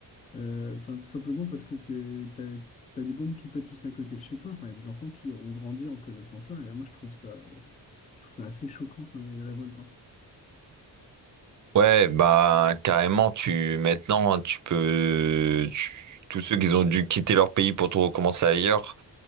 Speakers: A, on the left (about 20°); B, on the right (about 45°).
A: Euh, Enfin, tout simplement parce que t'es- t'as, t'as des bombes qui pètent juste à côté de chez toi. Enfin, il y a des enfants qui auront grandi en connaissant ça. Et moi, je trouve ça, je trouve ça assez choquant quand même, et révoltant.
B: Ouais, bah carrément, tu maintenant hein, tu peux tu- tous ceux qui ont dû quitter leur pays pour tout recommencer ailleurs,